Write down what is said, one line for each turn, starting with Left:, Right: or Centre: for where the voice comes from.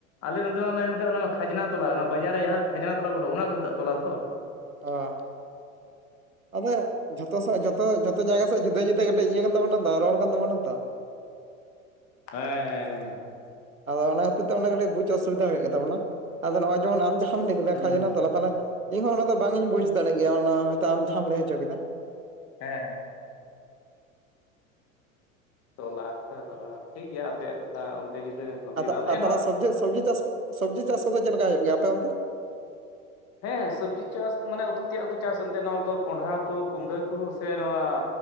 Left: ᱟᱞᱮ ᱱᱚᱛᱮ ᱢᱟ ᱢᱮᱱᱠᱷᱟᱱ ᱚᱱᱟ ᱠᱷᱟᱡᱽᱱᱟ ᱛᱚᱞᱟ ᱚᱱᱟ ᱵᱟᱡᱟᱨ ᱨᱮ ᱡᱟᱦᱟᱸ ᱠᱷᱟᱡᱽᱱᱟ ᱛᱚᱞᱟ ᱩᱰᱩᱠ ᱚᱱᱟ ᱠᱚ ᱢᱮᱛᱟᱜ ᱛᱚᱞᱟ ᱛᱚ
Right: ᱚ ᱟᱫᱚ ᱡᱷᱚᱛᱚ ᱥᱮᱫ ᱡᱷᱚᱛᱚ ᱡᱚᱛᱚ ᱡᱟᱭᱜᱟ ᱥᱮᱫ ᱡᱩᱫᱟᱹ ᱡᱩᱫᱟᱹ ᱠᱟᱹᱴᱤᱡ ᱤᱭᱟᱹ ᱠᱟᱱ ᱛᱟᱵᱚᱱᱟ ᱨᱚᱲ ᱠᱟᱱ ᱛᱵᱚᱱᱟ ᱛᱚ
Left: ᱦᱮᱸ ᱦᱮᱸ ᱦᱮᱸ
Right: ᱟᱫᱚ ᱚᱱᱟ ᱠᱷᱟᱹᱛᱤᱨ ᱛᱮ ᱠᱟᱹᱴᱤᱡ ᱵᱩᱡᱽ ᱚᱥᱩᱵᱤᱫᱟ ᱦᱩᱭᱩᱜ ᱛᱟᱵᱚᱱᱟ ᱱᱚᱜᱚᱭ ᱡᱮᱢᱚᱱ ᱟᱢ ᱡᱟ ᱞᱟᱹᱭ ᱠᱮᱫᱟ
Left: ᱦᱩᱸ
Right: ᱠᱷᱟᱡᱱᱟ
Left: ᱦᱩᱸ
Right: ᱛᱚᱞᱟ ᱛᱟᱦᱚᱞᱮ ᱤᱧᱦᱚᱸ ᱚᱱᱟ ᱫᱚ ᱵᱟᱝ ᱤᱧ ᱵᱩᱡᱽ ᱫᱟᱲᱮᱭᱟᱜ ᱜᱮᱭᱟ ᱚᱱᱟ ᱦᱚᱭᱛᱚ ᱟᱢ ᱡᱟᱦᱟᱸᱢ ᱞᱟᱹᱭ ᱦᱚᱪᱚ ᱠᱮᱫᱟ
Left: ᱦᱮᱸ ᱦᱮᱸ ᱛᱚᱞᱟ ᱴᱷᱤᱠ ᱜᱮᱭᱟ ᱟᱯᱮᱭᱟᱜ ᱠᱟᱛᱷᱟ ᱚᱱᱛᱮ ᱡᱩᱫᱟᱹ ᱱᱚᱛᱮ
Right: ᱟᱫᱚ
Left: ᱡᱩᱫᱟᱹ
Right: ᱟᱫᱚ
Left: ᱮᱱᱦᱚᱸ
Right: ᱛᱟᱦᱚᱞᱮ ᱥᱚᱵᱡᱤ ᱥᱚᱵᱡᱤ ᱪᱟᱥ ᱥᱚᱵᱡᱤ ᱪᱟᱥ ᱠᱚᱫᱚ ᱪᱮᱫ ᱞᱮᱠᱟ ᱦᱩᱭᱩᱜ ᱜᱮᱭᱟ ᱟᱯᱮ ᱚᱱᱛᱮ
Left: ᱦᱮᱸ ᱥᱚᱵᱽᱡᱤ ᱪᱟᱥ ᱢᱟᱱᱮ ᱩᱛᱩ ᱛᱮᱭᱟᱜ ᱠᱚ ᱪᱟᱥ ᱮᱱᱛᱮ ᱫᱚ ᱱᱚᱣᱟᱫᱚ ᱠᱚᱸᱰᱷᱟ ᱠᱚ ᱠᱩᱢᱰᱲᱟᱹ ᱠᱚ ᱥᱮ ᱱᱚᱣᱟ